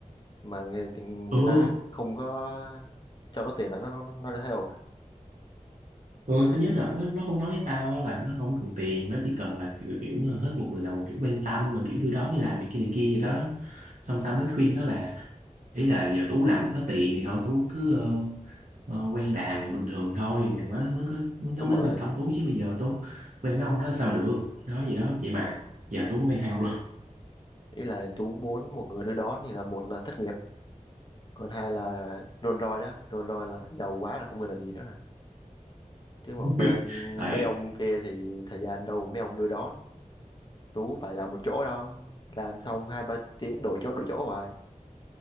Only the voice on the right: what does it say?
ừ
ừ tao nhớ đợt nó, nó cũng nói với tao á là nó không cần tiền nó chỉ cần là kiểu, kiểu là hết một người nào một kiểu quan tâm mà kiểu đưa đón đi làm này kia này kia vậy đó xong tao mới khuyên nó là ý là giờ Tú làm cũng có tiền thì thôi Tú cứ ờ, ờ, quen đàn là bình thường thôi thằng nó mới có nó
mới
quan tâm Tú chứ bây giờ mà Tú quen mấy ông đó sao mà được nói gì đó vậy mà giờ Tú mới quen hai luôn
<laughs> Thầy